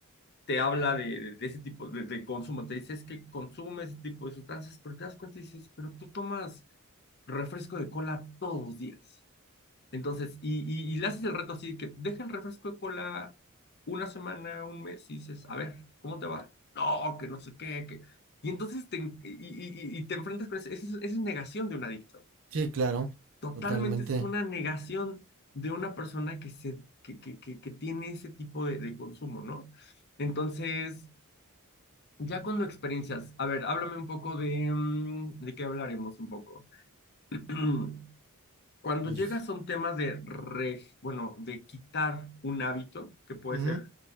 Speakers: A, on the left; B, on the right.
A: te habla de, de- de ese tipo de, de consumo, te dice es que consume ese tipo de sustancias, pero te das cuenta y dices, pero tú tomas refresco de cola todos los días. Entonces, y, y, y le haces el reto así, que deja el refresco de cola una semana, un mes, y dices, a ver, ¿cómo te va? No, que no sé qué, que... Y entonces te, en- y, y, y- y te enfrentas con eso. Esa es, esa es negación de un adicto.
B: Sí, claro.
A: Totalmente,
B: Totalmente.
A: esa es una negación de una persona que, se, que, que, que, que tiene ese tipo de, de consumo, ¿no? Entonces, ya cuando experiencias, a ver, háblame un poco de, mm, ¿de qué hablaremos un poco? <clears throat> Cuando
B: pues,
A: llegas a un tema de, re- bueno, de quitar un hábito, que puede
B: ujú,
A: ser